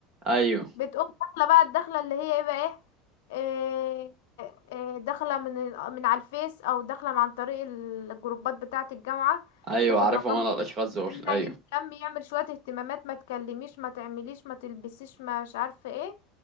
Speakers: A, on the right; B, on the left.
A: ايوه
B: بتقوم داخله بقى الدخله اللي هي ايه بقى ايه إيه- إيه، داخله من ال- من على الفيس او داخله عن طريق ال- الجروبات بتاعه الجامعه
A: ايوه
B: ياخد
A: عارفهم
B: رقم
A: انا الاشخاص دول
B: يهتمها
A: ايوه
B: يهتم يعمل شويه اهتمامات ما تكلميش ما تعمليش ما تلبسيش ما مش عارفه ايه